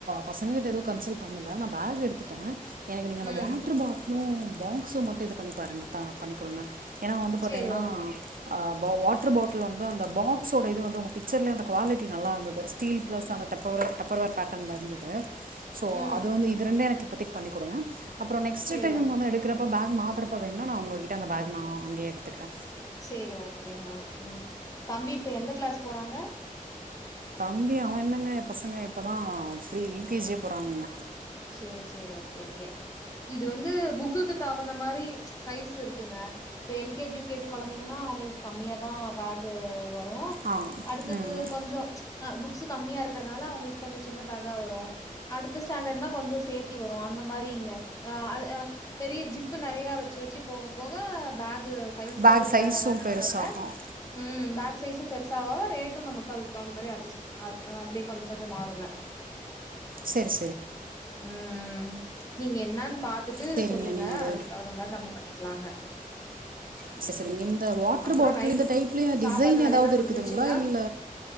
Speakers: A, on the right; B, on the left.
A: பசங்க கிட்ட எதுவும் கன்சல் பண்ணல நான் பேக் எடுத்துட்டே எனக்கு நீங்க அந்த
B: ம்
A: வாட்ரு பாட்டிலும் பாக்ஸும் மட்டும் இது பண்ணி பாருங்கள் தா பண்ணி கொடுங்க ஏன்னா வந்து பாத்தீங்கன்னா
B: சேரி ஓகே
A: பா வாட்ரு பாட்டில் வந்து அந்த ப்ஸோட இது வந்து உங்க பிக்சர்லேயே அந்த குவாலிட்டி நல்லா இருந்தது ஸ்டீல் பிளஸ்
B: ம்
A: அந்த டப்பர்வேர் பேட்டன்ல இருந்தது சோ
B: ம்
A: அது வந்து இது ரெண்ட எனக்கு இப்போதக்கு பண்ணி குடுங்க அப்றம் நெக்ஸ்ட்
B: சேரி
A: டைம்
B: ஓ
A: வந்து எடுக்கிறப இப்போ பேக் மாத்துறப்ப வேணா நான் உங்ககிட்ட அந்த பேக் நான் அங்கயே எடுத்துக்கிறேன்
B: செரி ஓகேங்க ஓகேங்க தம்பி இப்ப எந்த கிளாஸ் போறாங்க
A: தம்பி அவ என்னங்க பசங்க இப்பதா அப்டி யூ கே ஜியே போறாங்க
B: செரி செரி ஓகே ஓகே இது வந்து புக்குக்கு தகுந்த மாரி சைஸு இருக்குங்க இப்ப L K G U K G கொழந்தைங்கன்னா அவங்குளுக்கு கம்மியாதா பேகு வரோ
A: ஆ ம்
B: அடுத்தது
A: ம்.
B: கொஞ்சோ ச்சு புக்ஸு கம்மியாக்கிறனால அவங்குளுக்கு கொஞ்சோ சின்ன பேகா வரோ அடுத்த ஸ்டாண்டர்ட்னா கொஞ்சோ சேத்தி வரோ அந்த மாரிங்க அ பெரிய ஜிப்பு நறையா வெச்சு வெச்சு போக போக பேகு சைஸு
A: பேக் சைஸும்
B: வேற வேற
A: பெருசாகும்
B: வர வர ம் பேக் சைஸும் பெரு சா ரேட்டும் நமக்கு அதுக்கு தகுந்த மாதிரி அட்ஸ்ட் அப்டியே கொஞ்சோ கொஞ்சோ மாறுங்க
A: செரி செரி
B: உம் உம் நீங்க என்னான்னு பாத்துட்டு
A: சரிங்க
B: சொல்லுங்க
A: நீங்கள் அது
B: அதுக்கு தகுந்த மாரி நம்ம பண்ணிக்கலாங்க
A: நெஸசரிங்க இந்த வாட்ரு
B: அப்புறம்
A: பாட்டிலு
B: நைட்டு
A: இந்த டைப்லயு
B: சாப்பாட்டு
A: டிசைன்
B: வேலையெல்லாம்
A: எதாவது
B: முடிஞ்சிருச்சுங்களா?
A: இருக்குதுங்களா இல்ல